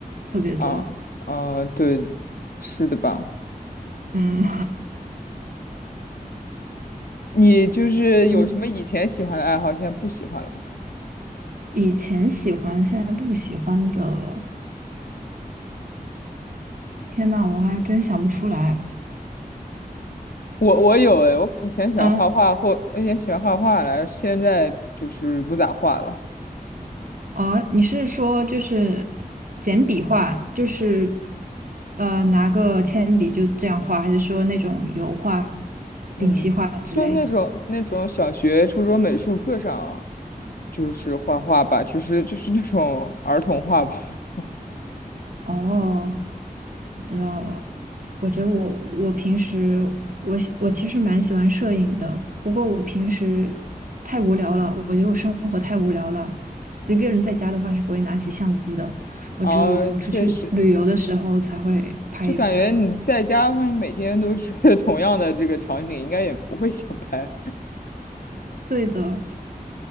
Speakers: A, on the right; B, on the left.
A: 特别多。
B: 啊啊，对，是的吧？
A: 嗯
B: 你就是有什么以前喜欢的爱好，
A: <laughs> 嗯，
B: 现在不喜欢了吗？
A: 以前喜欢，现在不喜欢的，天呐，我还真想不出来。
B: 我我有诶，我以前喜欢画画，
A: 啊，
B: 后我以前喜欢画画来，现在就是不咋画了。
A: 哦，你是说就是简笔画，就是呃拿个铅笔就这样画，还是说那种油画、
B: 嗯，
A: 丙烯画之类的？
B: 就那种那种小学、初中美术课上就是画画吧，就是就是那种儿童画吧。
A: 哦，知道了。我觉得我我平时我喜我其实蛮喜欢摄影的，不过我平时太无聊了，我觉得我生活太无聊了。一个人在家的话是不会拿起相机的，
B: <laughs>
A: 我只有出去旅游的时候才会拍一拍。
B: 啊，确实，就感觉你在家的话，你每天都是 <laughs> 同样的这个场景，应该也不会想拍
A: 对的，